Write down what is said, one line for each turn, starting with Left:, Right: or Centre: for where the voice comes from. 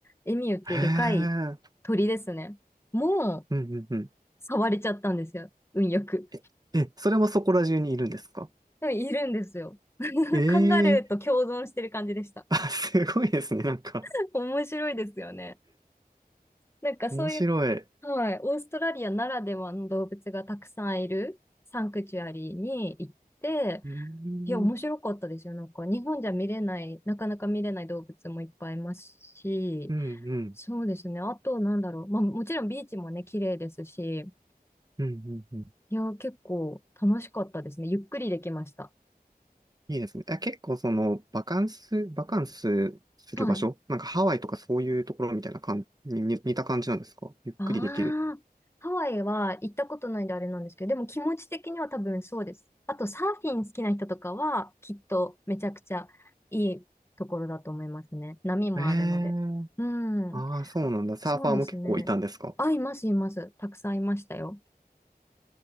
Left: エミューっていうでかい
Right: へえ。
Left: 鳥ですね。もう、
Right: うんうんうん。
Left: 触れちゃったんですよ。運よく。
Right: え、え、それもそこら中にいるんですか
Left: でもいるんですよ。<laughs>
Right: ええ
Left: カンガルーと共存してる感じでした。
Right: あ、すごいですね。なんか、
Left: <laughs> 面白いですよね。なんかそういう、
Right: 面白い。う
Left: はい、オーストラリアならではの動物がたくさんいるサンクチュアリーに行って、
Right: ーん、
Left: いや、面白かったですよ。なんか日本じゃ見れない、なかなか見れない動物もいっぱいいますし、
Right: うん、うん、
Left: そうですね。あと、なんだろう。まあ、もちろんビーチもね、綺麗ですし、
Right: うん、うん。うん
Left: いや、結構楽しかったですね。ゆっくりできました。
Right: いいですね。あ、結構その、バカンス、バカンスする場所なんかハワイとかそういうところみたいな感じに、
Left: はい。
Right: に似た感じなんですかゆっくりできる。
Left: ああ、ハワイは行ったことないんであれなんですけど、でも気持ち的には多分そうです。あとサーフィン好きな人とかはきっとめちゃくちゃいいところだと思いますね。波もあるので。
Right: ええ
Left: う
Right: ああそうなんだ。
Left: ん。あそうですね。
Right: サーファーも結構いたんですか
Left: あ、います、います。たくさんいましたよ。